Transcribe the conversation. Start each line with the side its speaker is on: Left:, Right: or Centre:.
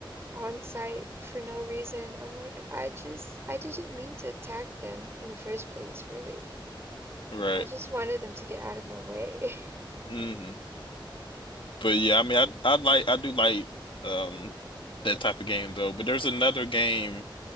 Right: on site for no reason. I'm like, I just I didn't mean to attack them in the first place, really.
Left: right.
Right: I just wanted them to get out of my way. <laughs>
Left: hmm But yeah, I mean, I I like I do like um that type of game though. But there's another game